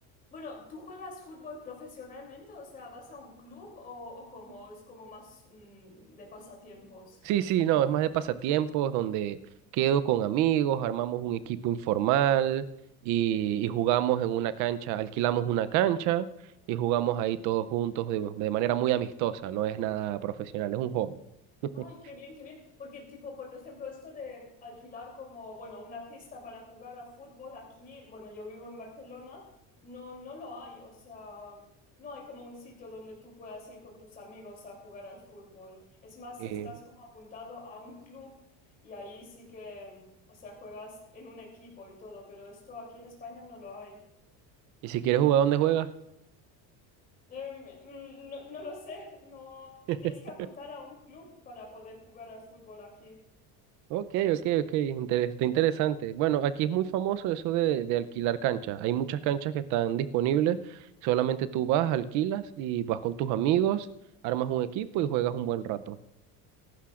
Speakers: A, on the left; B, on the right.
A: bueno, ¿tú juegas fútbol profesionalmente? O sea, ¿vas a un club o, o cómo? ¿Es como más mm, de pasatiempos?
B: Sí, sí, no, es más de pasatiempos donde quedo con amigos, armamos un equipo informal y, y jugamos en una cancha, alquilamos una cancha y jugamos ahí todos juntos de, de manera muy amistosa, no es nada profesional, es un hobby. <laughs>
A: Ay, qué bien, qué bien. Porque, tipo, por ejemplo, esto de alquilar como, bueno, una pista para jugar a fútbol aquí, bueno, yo vivo en Barcelona, no, no lo hay. O sea, no hay como un sitio donde tú puedas ir con tus amigos a jugar al fútbol. Es más,
B: Eh,
A: si estás como apuntado a un club y ahí sí que, o sea, juegas en un equipo y todo, pero esto aquí en España no lo hay.
B: y si quieres jugar, ¿dónde juegas?
A: Em, mm, no, no lo sé, no, te
B: <laughs>
A: tienes que apuntar a un club para poder jugar al fútbol aquí.
B: Ok, ok, ok, inter- está interesante. Bueno, aquí es muy famoso eso de, de alquilar canchas. Hay muchas canchas que están disponibles, solamente tú vas, alquilas y vas con tus amigos, armas un equipo y juegas un buen rato.